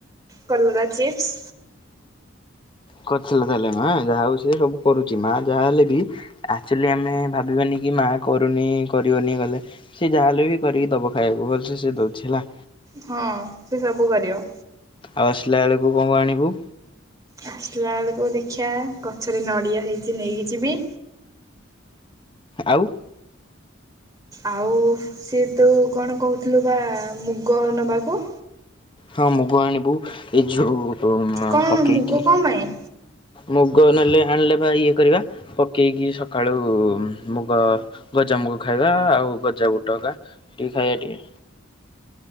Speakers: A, on the right (about 15°); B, on the left (about 25°).
A: କଲରା ଚିପ୍ସ
B: କରିଥିଲା ତାହେଲେ ମା ଯାହା ହଉ ସିଏ ସବୁ କରୁଚି। ମା ଯାହାହଲେ ବି ଆକଚୁଲି ଆମେ ଭାବିବାନି କି ମା କରୁନି କରିବନି ଗଲେ ସେ ଯାହାହେଲେ ବି କରିକି ଦବ ଖାଇବାକୁ ଭଲସେ ସିଏ ଦଉଚି ହେଲା‌।
A: ହଁ ସେ ସବୁ କରିବ।
B: ଆଉ ଆସିଲା ବେଳକୁ କଣ କଣ ଆଣିବୁ?
A: ଆସିଲା ବେଳକୁ ଦେଖିବା ଗଛରେ ନଡ଼ିଆ ହେଇଛି ନେଇକିଯିବି।
B: ଆଉ।
A: ଆଉ ସିଏ ତୁ କଣ କହୁଥିଲୁ ବା ମୁଗ ନବାକୁ?
B: ହଁ ମୁଗ ଆଣିବୁ ଏଇ ଯୋଉ
A: କଣ
B: ପକେଇକି
A: ମୁଗ କଣ ପାଇଁ?
B: ମୁଗ ନେଲେ ଆଣିଲେ ବା ଇଏ କରିବା। ପକେଇକି ସକାଳୁ ମୁଗ ଗଜାମୁଗ ଖାଇବା ଆଉ ଗଜା ବୁଟକା ଟିକେ ଖାଇବା ଟିକେ।